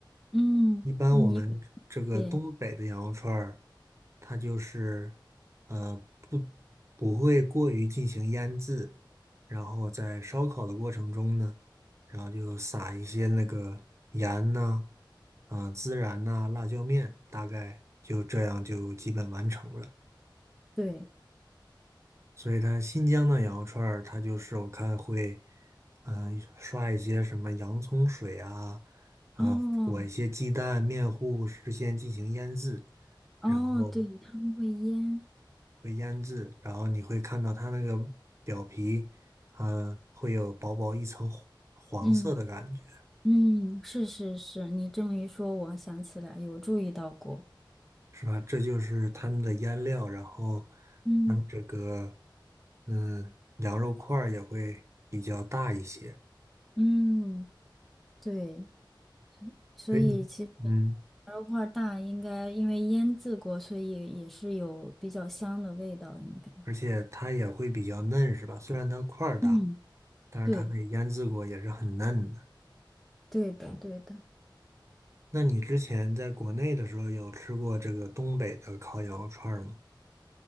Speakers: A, in the centre; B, on the right.
A: 嗯，
B: 一般我们这个东北的羊肉串儿，
A: 你对
B: 它就是呃不会过于进行腌制，然后在烧烤的过程中呢，然后就撒一些那个盐呐、啊、孜然呐、辣椒面，大概就这样就基本完成了。
A: 对，
B: 所以它新疆的羊肉串儿，它就是我看会，嗯、刷一些什么洋葱水啊，啊、
A: 哦
B: 裹一些鸡蛋、面糊，事先进行腌制，
A: 哦，
B: 然后
A: 对，他们会腌，
B: 会腌制，然后你会看到它那个表皮，嗯、会有薄薄一层黄黄色的感觉，
A: 嗯嗯，是是是，你这么一说，我想起来有注意到过，
B: 是吧？这就是他们的腌料，然后
A: 嗯
B: 嗯，这个，嗯，羊肉块儿也会比较大一些，
A: 嗯，对，所以其实
B: 所以你，嗯。
A: 牛肉块儿大应该因为腌制过，所以也是有比较香的味道，应该，
B: 而且它也会比较嫩，是吧？虽然它块儿大，
A: 嗯，
B: 但是它被腌制过也是很嫩的。
A: 对对的对的，
B: 那你之前在国内的时候有吃过这个东北的烤羊肉串儿吗？